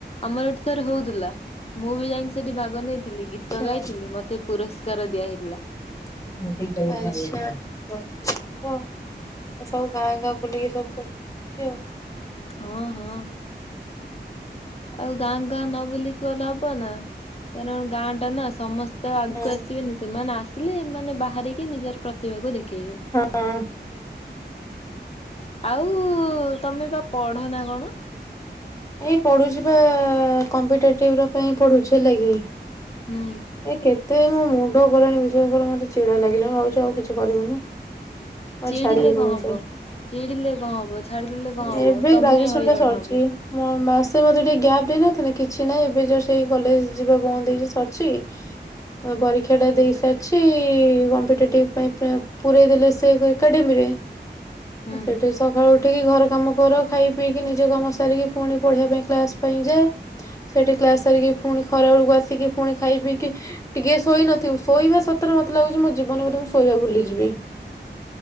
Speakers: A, on the left; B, on the left.
A: ଆମର ଏଠିଥରେ ହୋଉଥିଲା ମୁଁ ବି ଯାଇକି ସେଠି ଭାଗ ନେଇ ଥିଲି ଗୀତ
B: ହଁ
A: ଗାଇଥିଲି ମତେ ପୁରସ୍କାର ଦିଆହେଇଥିଲା।
B: ଆଛା ହ। ଏ ସବୁ ଗାଁ ଗାଁ ବୁଲିକି ସବୁ କରୁଛନ୍ତି ଆଉ।
A: ହଁ ହଁ। ଆଉ ଗାଁ ଗାଁ ନ ବୁଲିକି ଗଲେ ହବ ନା କାରଣ ଗାଁ ଟା ନା ସମସ୍ତେ ତ ଆଗକୁ
B: ହଁ
A: ଆସିବେନି ସେମାନେ ଆସିଲେ ମାନେ ବାହାରିକି ନିଜର ପ୍ରତିଭାକୁ ଦେଖ କି
B: ହଁ
A: ଆଉ ତମେ ବା ପଢ ନା କଣ?
B: ଏ ପଢୁଛି ବା କମ୍ପିଟେଟିଭ ର ପାଇଁ ପଢୁଛି ହେଲାକି।
A: ହୁଁ।
B: ଏ କେତେ ମୋ ମୁଣ୍ଡ ଗଲେଣି ବିଶ୍ୱାସ କର ମତେ ଚିଡା ଲାଗିଲାଣି ଭାବଛି ଆଉ କିଛି କରିବିନି। ଆଉ
A: ଚିଡିଲେ
B: ଛାଡିକି
A: କଣ
B: ପଳେଇ
A: ହବ
B: ଆସିବା।
A: ଚିଡିଲେ କଣ ହବ ଛାଡିଦେଲେ ତମେ ହବ
B: ଏବେ
A: ତମେ
B: ଗ୍ରାଜୁଏସନ
A: ହଇରାଣ
B: ଟା ସରିଛି
A: ହବ
B: ମାସେ ମତେ ଟିକେ ଗ୍ୟାପ ଦେଇ ନଥାନ୍ତେ କିଛି ନହିଁ ଏବେ ଯୋଉ ସେଇ କଲେଜ ଯିବା ବନ୍ଦ ହେଇଛି ସରିଛି ହଁ ପରୀକ୍ଷାଟା ଦେଇସାରଚି କମ୍ପିଟେଟିଭ ପାଇଁ ପା ପୁରେଇ ଦେଲେ ସେଇ ଏକାଡେମୀରେ
A: ହୁଁ।
B: ସେଠି ସଖାଳୁ ଉଠିକି ଘରକାମ କର ଖାଇ ପିଇକି ନିଜ କାମ ସ୍ ସାରିକି ଫୁଣି ପଢିବା ପାଇଁ କ୍ଲାସ ପାଇଁ ଯାଆ ସେଠି କ୍ଲାସ ସାରିକି ଫୁଣି ଖରା ବେଳକୁ ଆସିକି ଫୁଣି ଖାଇ ପିଇକି ଟିକିଏ ଶୋଇ ନଥିବୁ ଶୋଇବା ସତରେ ମତେ ଲାଗୁଚି ମୋ ଜୀବନରେ ବୋଧେ ମୁଁ ଶୋଇବା ଭୁଲିଯିବି।